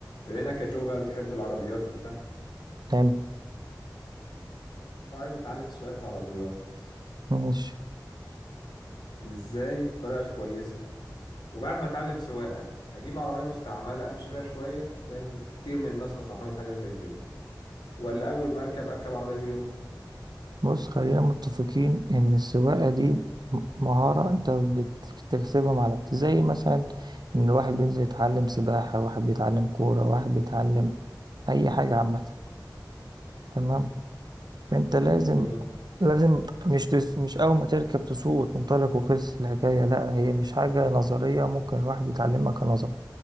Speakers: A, on the left; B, on the right.
A: بما انك يا جو بقى بتحب العربيات وكده
B: حلو
A: وعايز اتعلم سواقة عربيات
B: ماشي
A: ازاي الطريقة الكويسة وبعد ما اتعلم سواقة اجيب عربية مستعملة امشي بيها شوية لان كتير من الناس نصحوني بحاجة زي كده ولا اول ما اركب اركب عربية زيرو
B: بص خلينا متفقين ان السواقة دي م- مهارة انت بتكتسبها مع الوقت زي مثلا ان واحد بينزل يتعلم سباحة واحد بيتعلم كورة واحد بيتعلم اي حاجة عامة تمام فانت لازم
A: جميل
B: لازم مش تس... مش اول ما تركب تسوق وتنطلق وخلص الحكاية لا هي مش حاجة نظرية ممكن الواحد يتعلمها كنظر